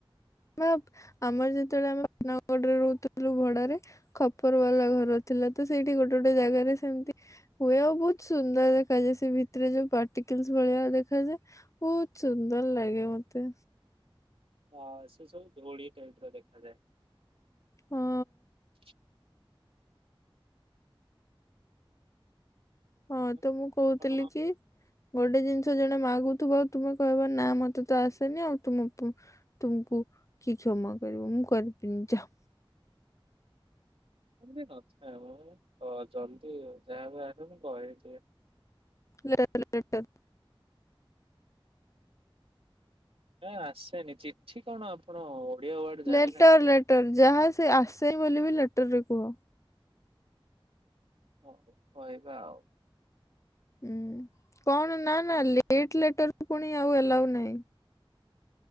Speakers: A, on the left (about 35°); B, on the right (about 85°).
A: ଭାପ୍ ଆମର ଯେତୋଳେ ଆମ ନଗଡ଼ରେ ରହୁଥୁଲୁ ଭଡ଼ାରେ ଖପର ବାଲା ଘର ଥିଲା ତ ସେଇଠି ଗୋଟେ ଗୋଟେ ଜାଗାରେ ସେମ ତି ହୁଏ ଆ ବୋହୁତ ସୁନ୍ଦର ଦେଖାଯାଏ ସେ ଭିତରେ ଯୋଉ ପାର୍ଟିକିଲସ୍ ଭଳିଆ ଦେଖାଯାଏ ବୋ ସୁନ୍ଦର ଲାଗେ ମତେ।
B: ୱାଓ ସେ ସବୁ ଧୁଳି ଟାଇପ୍ ର ଦେଖାଯାଏ।
A: ହଁ ହଁ
B: ଆଉ
A: ତ ମୁଁ କୋହୁଥୁଲି
B: ଆପଣ
A: କି ଗୋଟେ ଜିନିଷ ଜ ଣେ ମାଗୁଥୁବ ତୁମେ କହିବ ନାଁ ମତେ ତ ଆସେନି ଆଉ ତୁମପୁ ତୁମକୁ କି କ୍ଷମା କରିବ ମୁଁ କରିବିନି ଯାଅ।
B: ଏମିତି ନଥାଏ ମ ତ ଜଲ୍ଦୀ ଯାହା ବି ହେନେ ମୁଁ କହିଦିଏ।
A: ଏରା ତାଲେ ଲେଟର୍
B: ଏ ଆସେନି ଚିଠି କଣ ଆପଣ ଓଡିଆ ୱାର୍ଡ ଜାଣିନାହାନ୍ତି
A: ଲେଟର୍ ଲେଟର୍ ଯାହା ସେ ଆସେ ବୋଲି ବି ଲେଟର୍ ରେ କୁହ।
B: ଓ କହିବା ଆଉ
A: ହୁଁ କଣ ନା ନା ଲେଟ ଲେଟରୁ ପୁଣି ଆଉଲାଉ ନା,